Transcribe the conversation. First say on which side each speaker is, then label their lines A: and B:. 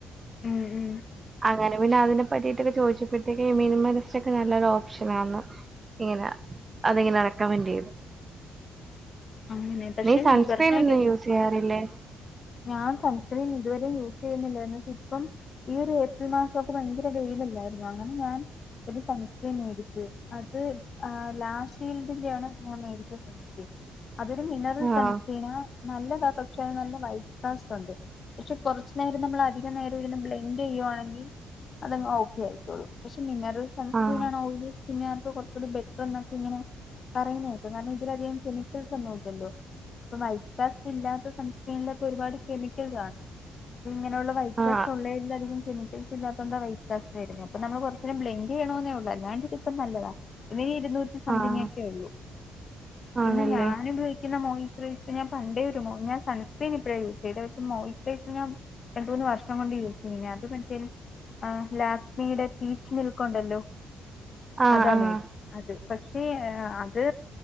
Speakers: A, on the left (about 45°); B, on the right (about 30°).
A: ഉം ഉം
B: അങ്ങനെ പിന്നെ അതിനെ പറ്റീട്ടൊക്കെ ചോയിച്ചപ്പഴത്തേക്ക് മിനിമലിസ്റ്റോക്കെ നല്ലൊരു ഓപ്ഷനാന്ന് ഇങ്ങനെ അതിങ്ങനെ റെക്കമന്റെയ്ത്
A: അങ്ങനെ പക്ഷെ
B: നീ സൺസക്രീനൊന്നും
A: പറഞ്ഞ ഒരു
B: യൂസെയ്യാറില്ലേ
A: ഞാൻ സൺസ്ക്രീൻ ഇതുവരെ യൂസെയ്യുന്നില്ലാര്ന്നു പക്ഷെ ഇപ്പം ഈ ഒരു ഏപ്രിൽ മാസൊക്കെ ഭയങ്കര വെയിലില്ലായിരുന്നോ അങ്ങനെ ഞാൻ ഒരു സൺസ്ക്രീം മേടിച്ചു അത് ലാശീൽഡ്ന്റെ ആണ് ഞാൻ മേടിച്ചത് അതൊരു മിനറൽ
B: ആഹ്
A: സൺസ്ക്രീനാ നല്ലതാ പക്ഷെ നല്ല വൈറ്റ്കാസ്റ്റുണ്ട് പക്ഷെ കൊറച്ചു നേരം നമ്മള് അധിക നേരം ഇരുന്ന് ബ്ലെൻഡ് ചെയ്യുവാണെങ്കി അതങ്ങ് ഓക്കെ ആയിക്കോളും പക്ഷെ മിനറൽ സൺസ്ക്രീനാണ്
B: ആഹ്
A: ഓയിലി സ്കിന്നാറ്ക്ക് കൊറച്ചൂടിം ബെ <unintelligible> ഇങ്ങനെ പറയുന്ന കേക്കും കാരണം ഇതിലധികം കെമി ക്കല്സൊന്നും ഇല്ലല്ലോ ഇപ്പൊ വൈക്കാസ്റ്റ് ഇല്ലാത്ത സൺസ്ക്രീനിലൊക്കെ ഒരുപാട് കെമിക്കൽ കാണും പക്ഷെ ഇങ്ങനെയുള്ള വൈറ്റ്കാസ്റ്റ്
B: ആഹ്
A: ഉള്ളേലധികം കെമിക്കൽസ് ഇല്ലാത്തൊണ്ടാ വൈ റ്റ് കാസ്റ്റ് ഇടുന്നേ അപ്പ നമ്മള് കൊറച്ചേരം ബ്ലെന്റെയ്യ്ണോന്നേ ഒള്ളൂ അല്ലാണ്ട് ഇതിപ്പം നല്ലതാ പിന്നെ ഈ ഇര്ന്നൂ റ്റി സംതിങ്ങെക്കെ
B: ആഹ്
A: ഒള്ളൂ
B: ആണല്ലേ
A: പിന്നെ ഞാനുപ യോഗിക്കുന്ന മോയിചറൈസർ ഞാൻ പണ്ടേ ഒരു മോ ഞാൻ സൺസ്ക്രീൻ ഇപ്പഴാണ് യൂസെയ്തെ പക്ഷെ മോയിചറൈസർ ഞാൻ രണ്ട് മൂന്ന് വർഷം കൊണ്ട് യൂസെയ്യ്നാ അത് <unintelligible> ആ ലാക്മിയുടെ പീച്ച് മിൽക്കൊണ്ടല്ലോ
B: ആഹ്
A: അതാ
B: ആഹ്
A: മേഡ് അത് പക്ഷേ അത്